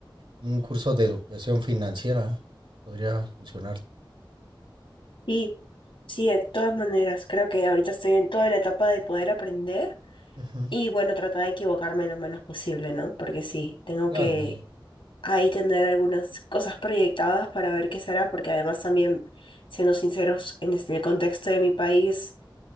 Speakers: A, on the right; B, on the left.
A: un curso de educación financiera. Podría funcionar.
B: Sí. Sí, de todas maneras, creo que ahorita estoy en toda la etapa de poder aprender
A: Ujú.
B: y bueno, tratar de equivocarme lo menos posible, ¿no? Porque sí, tengo
A: Claro,
B: que ahí tener algunas cosas proyectadas para ver qué será, porque además también, siendo sinceros, en este- el contexto de mi país